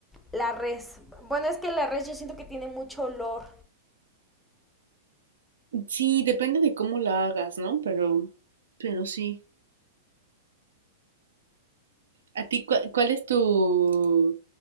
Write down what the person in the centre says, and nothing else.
la res. Bueno, es que la res yo siento que tiene mucho olor.